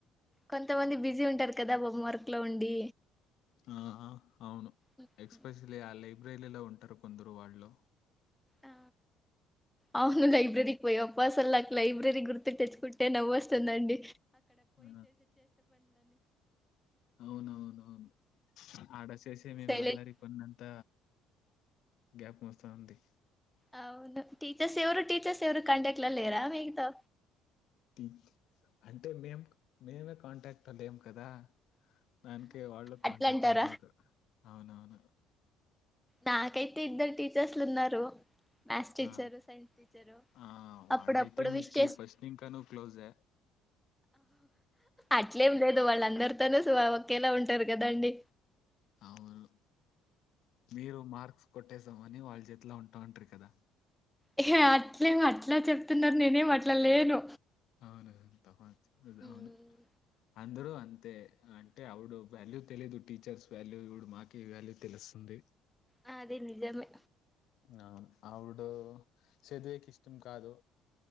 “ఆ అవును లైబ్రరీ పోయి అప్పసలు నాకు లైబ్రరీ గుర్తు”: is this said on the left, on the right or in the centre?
Centre